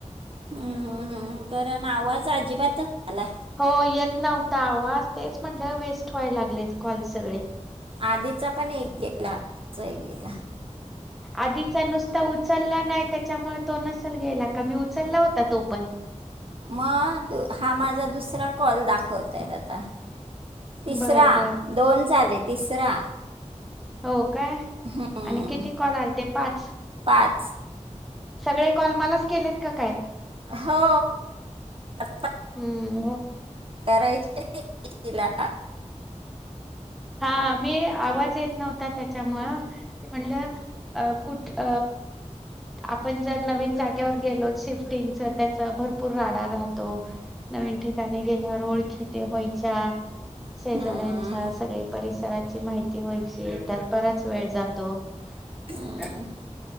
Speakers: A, on the right (about 45°); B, in the centre.
A: हम्, हम्म, हम्, कारण आवाज अजिबातच <inaudible> आला.
B: हो येत नव्हता आवाज. तेच म्हंणलं वेस्ट व्हायला लागलेत कॉल सगळे.
A: आधीचा पण एक गेला. आताचा एक गेला.
B: आधीचा नुसता उचलला नाही. त्याच्यामुळे तो नसेल गेला. का? मी उचलला होता तो पण?
A: मग हा माझा दुसरा कॉल दाखवताय आता. तिसरा
B: बर बर
A: दोन झाले. तिसरा
B: हो का?
A: हम्म,
B: आणि किती कॉल आल ते पाच.
A: <inaudible> पाच
B: सगळे कॉल मलाच केलेत का? काय.
A: हो आता
B: हम्म
A: करायचे एक एकीला
B: हा! मी आवाज येत नव्हता. त्याच्यामुळं म्हणलं अ कुठ <unintelligible> आपण जर नवीन जागेवर गेलो? शिफ्टिंगचा, त्याचा भरपूर राडा राहतो. नवीन ठिकाणी गेल्यावर ओळखी त्या व्हायच्या. शेजाऱ्यांच्या,
A: हम्म,
B: सगळी परिसराची माहिती व्हायची, त्यात बराच वेळ जातो. <inaudible>
A: हम्म.